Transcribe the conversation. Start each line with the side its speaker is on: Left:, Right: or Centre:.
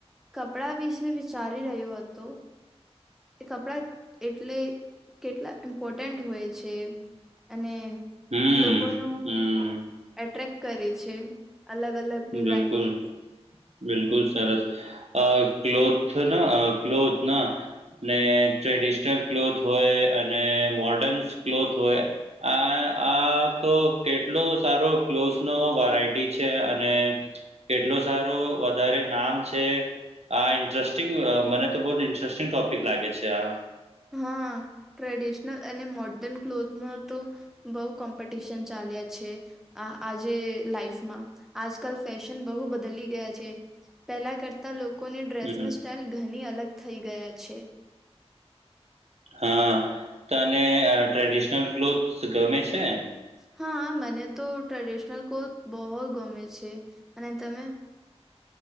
Centre: કપડા વિશે વિચારી રહ્યો હતું એ કપડાં એટલે કેટલા ઇમ્પોર્ટન્ટ હોય છે અને
Right: હમ
Centre: લોકો ન
Right: હમ
Centre: એટ્રેક્ટ કરે છે અલગ અલગ ડિઝાઇન
Right: બિલકુલ
Centre: નું
Right: બિલકુલ સરસ અ ક્લોથ ના ક્લોથ ના ને ટ્રેડિશનલ ક્લોથ હોય અને મોર્ડન ક્લોથ હોય આ આ તો કેટલો સારો ક્લોથ નો વેરાયટી છે અને કેટલોું સારો વધારે નામ છે આ ઇન્ટરેસ્ટિંગ મને તો બહ જ ઇન્ટરેસ્ટિંગ ટોપિક લાગે છે આ
Centre: હા ટ્રેડિશનલ અને મોર્ડન ક્લોથ ન તો બઉુ કોમ્પિટિશન ચાલ્યા છે આ આજે લાાઈફમાં આજકાલ ફેશન બહુ બદલી ગયા છે પહેલા કરતાં લોકોને ડ્રેસિંગ
Right: હમ
Centre: સ્ટઇલ ઘણી અલગ થઈ ગયા છે
Right: હા તને ટ્રેડિશનલ ક્લોથ્સ ગમે છે
Centre: હા મને તો ટ્રેડિશનલ કોથ બહુ જ ગમે છે અને તમે